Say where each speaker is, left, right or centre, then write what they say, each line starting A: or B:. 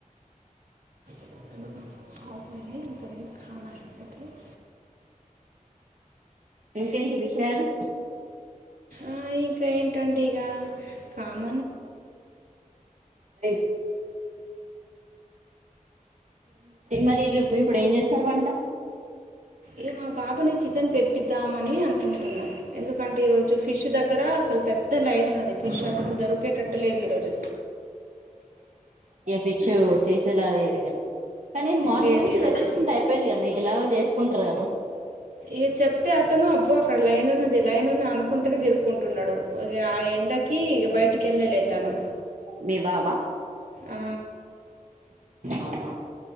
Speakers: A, on the right (about 85°); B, on the right (about 60°).
A: <unintelligible>
B: ఇంకేంటి విషయాలు
A: ఆ ఇంకా ఏంటండి ఇక కామ
B: ఏ మరి ఇప్పుడు ఏం చేస్తారు వంట
A: ఏ మా బాబానే చికెన్ తెప్పద్దాం ని అనుకుంటున్నాం ఎందుకంటే ఈ రోజు ఫిష్ దగ్గర అసలు పెద్ద లైన్ ఉన్నది ఫిష్ అసలు దొరికేటట్టు లేదు ఈరోజు
B: ఏ ఫిచ్చు
A: ఉమ్,
B: చేసేలాది కన్నా కానీ మార్నింగ్
A: లేదు
B: నుంచి
A: ఈరోజు
B: తెప్పించుకుంటే అయిపోయిదిగా మీ ఇలాగ చేసుకుంటారు కదా
A: ఇ చెప్తే అతను అబ్బో అక్కడ లైన్ ఉన్నది లైన్న్నా అనుకుంటేనే తిరుకుంటున్నాడు ఆ ఎండకి ఇ బయటికి వెళ్ళలే తను
B: మీ బాబా
A: ఆ
B: అవునా